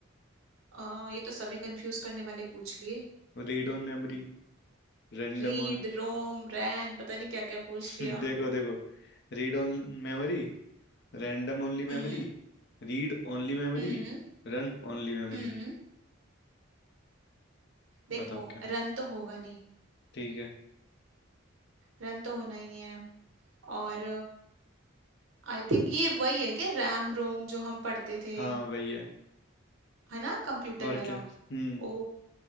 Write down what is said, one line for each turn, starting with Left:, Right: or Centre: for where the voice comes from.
Right: अ, ये तो सभी कंफ्यूज करने वाले पूछ लिए
Left: Read on memory random
Right: रीड रोम रैन पता नहीं क्या क्या पूछ लिया
Left: Hmm, देखो देखो read only memory random only memory
Right: हम्म,
Left: read only memory
Right: हम्म,
Left: run only memory
Right: हम्म। देखो
Left: बताओ क्या
Right: रन तो होगा नहीं
Left: ठीक है
Right: रन तो होना ही नहीं है और आई थिंक ये वही है क्या रैम रोम जो हम पढ़ते थे
Left: हाँ वही है
Right: है ना कंप्यूटर
Left: और
Right: वाला
Left: क्या Hmm
Right: ओ